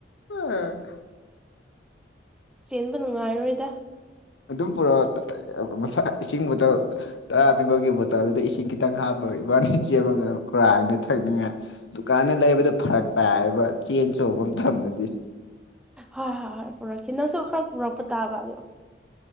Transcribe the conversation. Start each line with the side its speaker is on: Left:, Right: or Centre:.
Left: ꯑꯣ
Centre: ꯆꯦꯟꯕ ꯅꯨꯡꯉꯥꯏꯔꯣꯏꯗ
Left: ꯑꯗꯨꯝ ꯄꯨꯔꯛꯒ ꯃꯁ ꯏꯁꯤꯡꯕꯨꯇꯜ ꯇꯔꯥ ꯄꯤꯕꯒꯤ ꯕꯣꯇꯜꯗꯨꯗ ꯏꯁꯤꯡ ꯈꯤꯇꯪ ꯍꯥꯞꯄ ꯏꯕꯥꯅꯤ ꯆꯦꯕꯃꯇꯝꯗ ꯀꯨꯔꯥꯡꯗꯤ ꯊꯛꯅꯤꯡꯉꯥꯏ ꯗꯨꯀꯥꯟꯗ ꯂꯩꯕꯗꯣ ꯐꯔꯛ ꯇꯥꯏꯕ ꯆꯦꯟ ꯆꯧꯕ ꯃꯇꯝꯗꯗꯤ
Centre: ꯍꯣꯏ ꯍꯣꯏ ꯍꯣꯏ ꯄꯨꯔꯛꯈꯤ ꯅꯪꯁꯨ ꯈꯔ ꯄꯨꯔꯛꯄ ꯇꯥꯕ ꯑꯗꯣ